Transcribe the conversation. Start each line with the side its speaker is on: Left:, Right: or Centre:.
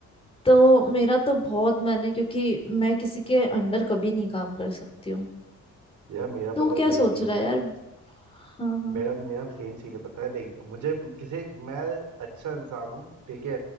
Left: तो मेरा तो बहुत मैंने क्योंकि मैं किसी के अंडर कभी नहीं काम कर सकती हूँ
Right: यार मेरा
Left: तू
Right: पता है
Left: क्या
Right: वही
Left: सोच
Right: सीन
Left: रहा
Right: है
Left: है यार हाँ हाँ
Right: मेरा मेरा सेम सीन है पता है देख मुझे किसी मैं अच्छा इंसान हूँ ठीक है